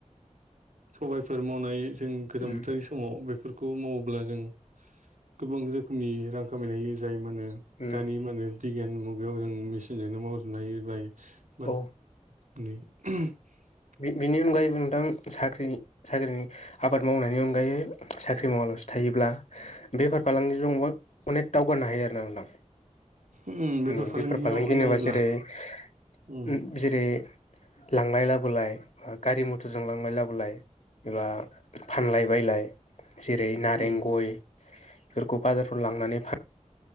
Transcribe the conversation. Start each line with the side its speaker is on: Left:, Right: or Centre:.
Right: सबायफोर माव नानै जों गोजां
Left: उम
Right: बोथोरनि समाव बेफोर खौ मावोब्ला जों गोबां रोखोमनि रां खामायनाय हायो जायोमोन नों
Left: उम
Right: दानि मानो बिगियान मुगायाव जों मेसिनजोंनो मावजोबनो हायो बाय <unintelligible>
Left: औ बिनि अनगायैबो नोंथां साख्रि साख्रिनि आबाद मावनायनि अनगायै साख्रि मावालासिनो थायोब्ला बेफार फालांगिजोंबो अनेक दावगानो हायो आरोना नोंथां
Right: उम बेफार
Left: ओम
Right: फालांगियाव
Left: बेफोर फालांगि होनोबा
Right: नायोब्ला
Left: जेरै' ओम
Right: उम
Left: जेरै' लांलाय लाबोलाय गारि मथरजों लांलाय लाबोलाय एबा फानलाय बायलाय जेरै नारें
Right: उम
Left: गय बेफोरखौ बाजारफ्राव लांनानै फा